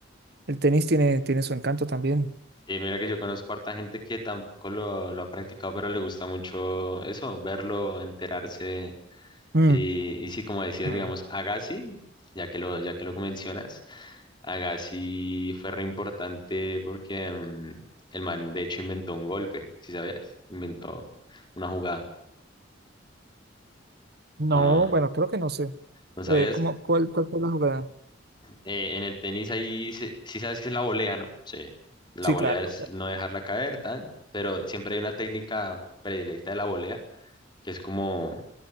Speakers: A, on the right; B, on the left.
A: el tenis tiene, tiene su encanto también.
B: Y mira que yo conozco harta gente que tampoco lo, lo ha practicado, pero le gusta mucho eso, verlo, enterarse
A: Mm,
B: Y, y sí, como decías,
A: mm.
B: digamos, Agassi, ya que lo, ya que lo mencionas, Agassi fue re importante porque mm, el man de hecho inventó un golpe, si sabías, inventó una jugada.
A: No,
B: Bueno, ¿no
A: bueno, creo que no sé.
B: ¿No sabías?
A: Eh, ¿cómo, cuál, cuál fue la jugada?
B: Eh, en el tenis ahí, se- sí sabes que es la volea, ¿no? Sí, la
A: Sí,
B: volea
A: claro.
B: es
A: claro.
B: no dejarla caer, tan, pero siempre hay una técnica predilecta de la volea que es como un